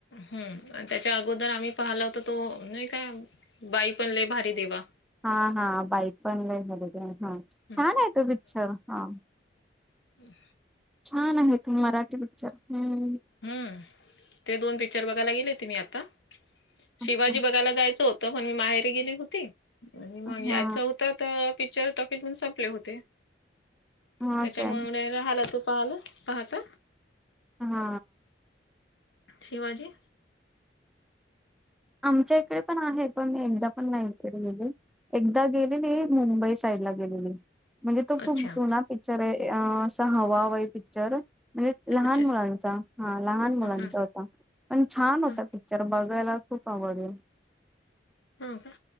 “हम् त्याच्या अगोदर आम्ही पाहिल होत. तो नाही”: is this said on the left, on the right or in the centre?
Left